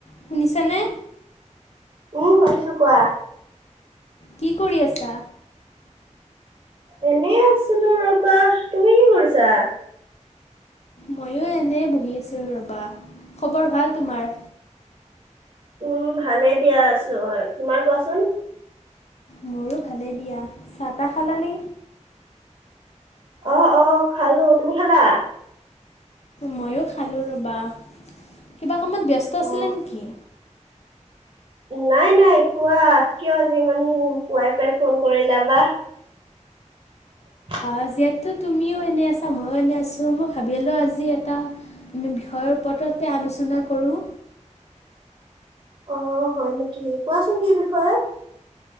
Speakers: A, on the left; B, on the right.
A: শুনি ছানে।
B: উম শুনিছো কোৱা।
A: কি কৰি আছা?
B: এনেই আছিলোঁ ৰবা তুমি কি কৰিছা?
A: ময়ো এনে বহি আছোঁ ৰবা খবৰ ভাল তোমাৰ।
B: উম ভালেই দিয়া আছো তোমাৰ কোৱাচোন।
A: মোৰো ভালে দিয়া চাহ তাহ খালা নে?
B: অ অ খালো তুমি খালা।
A: ময়ো খালোঁ ৰ'বা কিবা কামত ব্যস্ত আছিলে
B: অ
A: নেকি?
B: নাই নাই কোৱা কিয় আজি ইমান পোৱাই পাই ফোন কৰিলা বা? <inaudible>
A: আজিয়েতো তুমিও এনেই আছা ময়ো এনে আছোঁ মই ভাবিলোঁ আজি এটা আমি বিষয়ৰ ওপৰত আলোচনা কৰোঁ।
B: <inaudible> অ', হয় নেকি কোৱাচোন কি বিষয়ত।